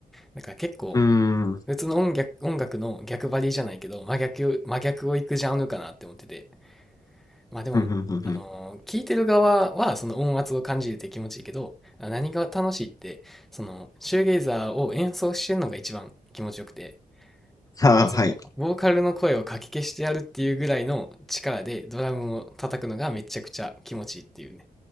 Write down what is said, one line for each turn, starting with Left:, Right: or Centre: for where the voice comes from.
Centre: だから結構、
Left: うーん。
Centre: 普通の音楽、音楽の逆張りじゃないけど、真逆、真逆をいくジャンルかなって思ってて。まあでも、
Left: ふんふんふんふん。
Centre: あのー聞いてる側はその音圧を感じるって気持ちいいけど、あ何が楽しいって、そのシューゲイザーを演奏してるのが一番気持ちよくて、
Left: ああ、
Centre: もうそのボーカルの声をかき消してやるっていうぐらいの力でドラムを叩くのがめちゃくちゃ気持ちいいっていうね。
Left: はい。